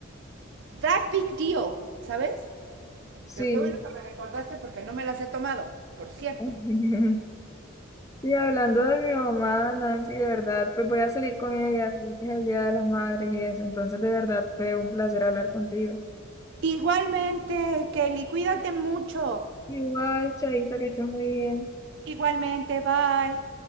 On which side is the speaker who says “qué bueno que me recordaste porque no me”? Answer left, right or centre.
Right